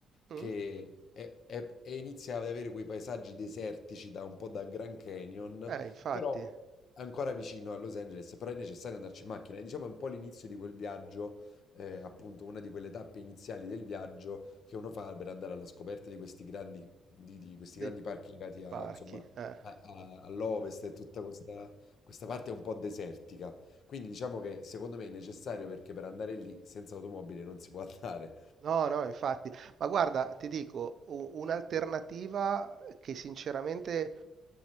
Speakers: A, on the right (about 55°); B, on the left (about 60°).
A: Mm?
B: che è- è- e inizia ad avere quei paesaggi desertici da un po' da Grand Canyon,
A: Eh, infatti,
B: però ancora vicino a Los Angeles, però è necessario andarci in macchina. E diciamo è un po' l'inizio di quel viaggio, eh, appunto, una di quelle tappe iniziali del viaggio che uno fa per andare alla scoperta di questi grandi di, di questi
A: dei,
B: grandi parchi legati
A: dei
B: a,
A: parchi.
B: insomma,
A: Eh.
B: a- a- all'ovest e tutta questa, questa parte un po' desertica. Quindi diciamo che secondo me è necessario perché per andare lì senza automobile non si può andare.
A: No, no, infatti, ma guarda, ti dico, u- un'alternativa che sinceramente